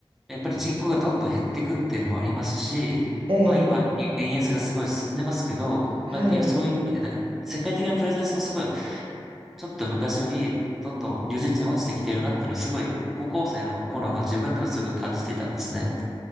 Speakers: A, in the centre; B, on the right (about 70°).
A: やっぱり人口がどんどん減っていくっていうのもありますし、
B: ええええ
A: まあ今、い円安がすごい進んでますけど、まあ、
B: はい
A: いやそういう意味で、なんか、世界的なプレゼンスもすごいちょっと昔より、どんどん如実に落ちてきてるなっていうのをすごい、高校生の頃の自分でもすごい感じてたんですね。